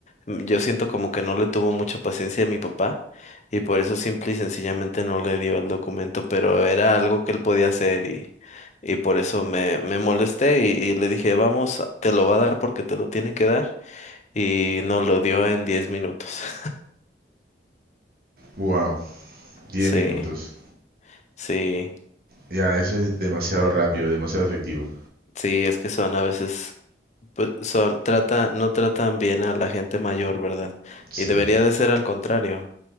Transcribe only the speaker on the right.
Wow, diez
minutos.
Ya, eso es demasiado rápido, demasiado efectivo.
Sí,